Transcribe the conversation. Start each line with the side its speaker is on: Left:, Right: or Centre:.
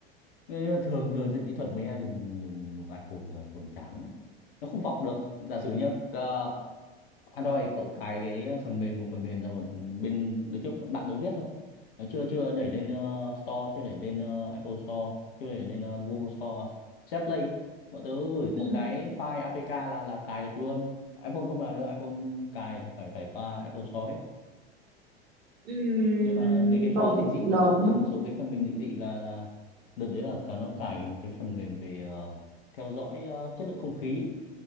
Left: Ờ, nhưng mà thường thường dân kỹ thuật mấy ai dùng dùng dùng iPhone rồi iPhone chán lắm. nó không vọc được giả sử nhá ờ, Android cậu cài cái phần mềm một phần mềm ra một bên đứa trước bạn đứa viết thôi nó chưa chưa đẩy lên ờ, Store chưa đẩy lên ờ, Apple Store chưa đẩy lên ờ, Google
Right: ừ
Left: Store Set Play ấy. bọn tớ gửi một
Right: ừ
Left: cái file APK là là cài được luôn iPhone không làm được iPhone cài là phải phải qua Apple Store hết
Right: ừ
Left: như là mấy cái trò
Right: cộng
Left: dị dị bọn
Right: đồng
Left: tớ làm một số cái phần mềm dị dị là là đợt đấy là cả nó cài cái một cái phần mềm về ờ, theo dõi ờ, chất lượng không khí